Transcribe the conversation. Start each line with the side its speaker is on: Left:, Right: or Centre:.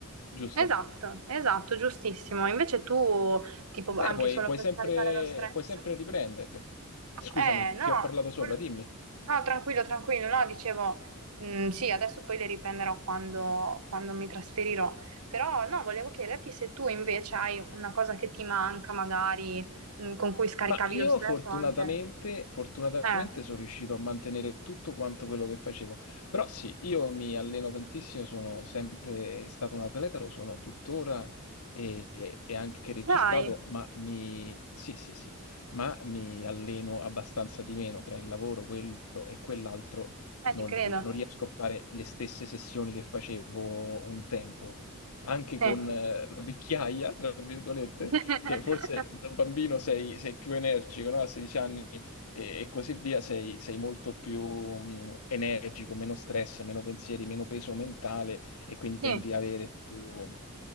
Left: giusto?
Right: esatto, esatto, giustissimo. Invece tu, tipo,
Left: Beh,
Right: anche
Left: puoi,
Right: solo
Left: puoi
Right: per
Left: sempre,
Right: caricare lo stress.
Left: puoi sempre riprendere.
Right: Eh,
Left: Scusami,
Right: no,
Left: ti ho parlato sopra,
Right: quel-
Left: dimmi.
Right: no, tranquillo, tranquillo, no, dicevo, mm, sì, adesso poi le riprenderò quando, quando mi trasferirò, però no, volevo chiederti se tu invece hai una cosa che ti manca magari, mm, con cui scaricavi
Left: Ma io
Right: lo stress
Left: fortunatamente,
Right: o anche...
Left: fortunatamente
Right: Eh,
Left: sono riuscito a mantenere tutto quanto quello che facevo. Però sì, io mi alleno tantissimo, sono sempre stato un atleta, lo sono tuttora e, e anche registrato,
Right: dai,
Left: ma mi, sì, sì, sì, ma mi alleno abbastanza di meno tra il lavoro, quello e quell'altro.
Right: eh,
Left: Non,
Right: ci credo.
Left: non riesco a fare le stesse sessioni che facevo un tempo, anche con
Right: Sì.
Left: eh, la vecchiaia, tra virgolette
Right: <laughs>
Left: che forse da bambino sei, sei più energico, no? A 16 anni e, e così via, sei, sei molto più mh, energico, meno stress, meno pensieri, meno peso mentale e quindi tendi
Right: Sì,
Left: ad avere più